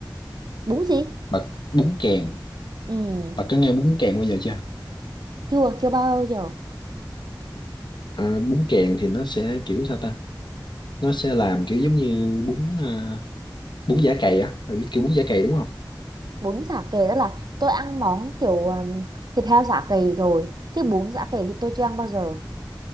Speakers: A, on the right (about 60°); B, on the left (about 70°).
A: đúng gì
B: bà bún kèn
A: ừ
B: bà có nghe bún kèn bao giờ chưa
A: chưa chưa bao giờ
B: à, bún kèn thì nó sẽ kiểu sao ta nó sẽ làm kiểu giống như bún à, bún chả cày á mày biết kiểu bún chả cày đúng không
A: bún chả cầy tức là tôi ăn món kiểu um, thịt heo chả cầy rồi chứ bún chả cầy thì tôi chưa ăn bao giờ